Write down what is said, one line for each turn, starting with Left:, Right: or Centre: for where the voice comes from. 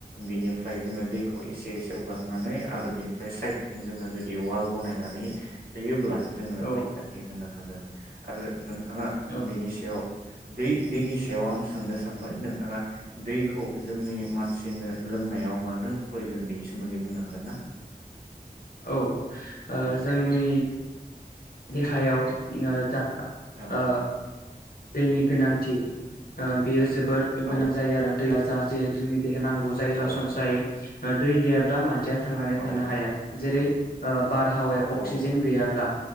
Right: बिनि फ्राय जोङो दैखौ एसे एसे हगार नानै आरो बिनिफ्राय साइदथिं जोङो जुदि वाल बानायनानै होयोब्ला जोङो
Left: औ
Right: रैखाथि होनां हागोन आरो नों थाङा
Left: औ
Right: बेनि सायाव दै-दैनि सायाव आं सोंनो सानबाय नोंथाङा दैखौ जोंनि मानसिनो लोंनायाव मानो प्रयजन बेनि सोमोन्दै बुंनो हागोन ना?
Left: औ ओ जोंनि देहायाव जा
Right: औ
Left: ओ दैनि गोनांथि बेयो जोबोद
Right: औ
Left: गोनां जायो आरो दैया <unintelligible> देहा नांगौ जायो
Right: औ
Left: सरासनस्रायै दै गैयाब्ला मानसिया थांनानै
Right: औ
Left: थानो हाया जेरै ओ बारहावायाव अक्सिजेन
Right: औ
Left: गैयाब्ला